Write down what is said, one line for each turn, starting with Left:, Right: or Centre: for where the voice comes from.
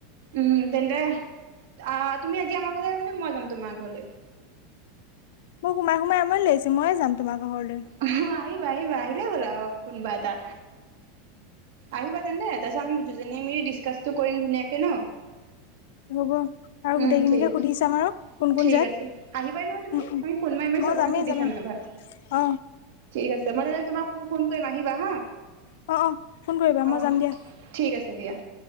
Right: উম', তেন্তে আ তুমি আজি আমাৰ ঘৰলৈ আহিবা নে মই যাম তোমাৰ ঘৰলৈ।
Left: মোৰ সোমাই সোমাই আমনি লাগিছে, মইয়ে যাম তোমাৰ ঘৰলে।
Right: অ', আহিবা আহিবা আহিলে হ'ল আৰু কোনোবা এটা। আহিবা তেন্তে তাৰপিছত আমি দুজনীয়ে মিলি ডিচকাচটো কৰিম ধুনীয়াকে নহ।
Left: হ'ব আৰু
Right: উম'
Left: গোটেইখিনিকে
Right: ঠিক
Left: সুধি
Right: আছে
Left: চাম আৰু কোন কোন
Right: ঠিক
Left: যায়।
Right: আছে আহিবাই নহয় তুমি
Left: উম, উম,
Right: পাৰি ফোন মাৰি মাৰি
Left: মই
Right: চবকে
Left: যামেই
Right: সুধি
Left: যামেই
Right: চাম যাবা।
Left: অ।
Right: ঠিক আছে, মই তেনেহ'লে তোমাক ফোন কৰিম আহিবা হা।
Left: অ', অ'। ফোন কৰিবা মই
Right: অহ'
Left: যাম দিয়া
Right: ঠিক আছে দিয়া।